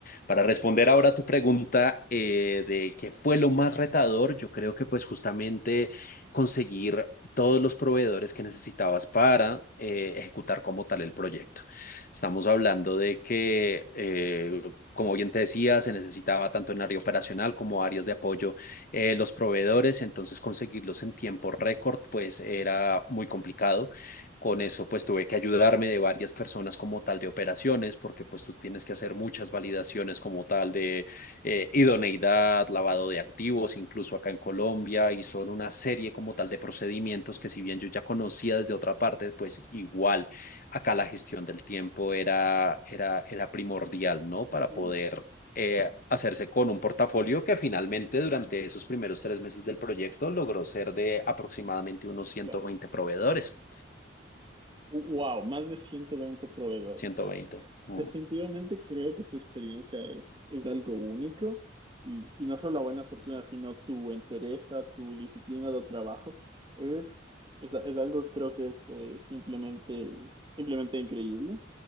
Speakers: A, on the left (about 45°); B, on the right (about 25°).
A: Para responder ahora a tu pregunta eh, de qué fue lo más retador, yo creo que pues justamente conseguir todos los proveedores que necesitabas para eh, ejecutar como tal el proyecto. Estamos hablando de que, eh, como bien te decía, se necesitaba tanto en área operacional como áreas de apoyo eh, los proveedores, entonces conseguirlos en tiempo récord pues era muy complicado. Con eso pues tuve que ayudarme de varias personas como tal de operaciones, porque pues tú tienes que hacer muchas validaciones como tal de eh, idoneidad, lavado de activos, incluso acá en Colombia, y son una serie como tal de procedimientos que si bien yo ya conocía desde otra parte, pues igual acá la gestión del tiempo era, era, era primordial, ¿no? Para
B: Mm,
A: poder eh, hacerse con un portafolio que finalmente durante esos primeros tres meses del proyecto logró ser de aproximadamente unos 120
B: claro.
A: proveedores.
B: Wow, más de 120 proveedores.
A: 120. Mm.
B: Definitivamente creo que tu experiencia es, es algo único y, y no solo la buena fortuna, sino tu entereza, tu disciplina de trabajo. Es, es, es algo que creo que es eh, simplemente, simplemente increíble.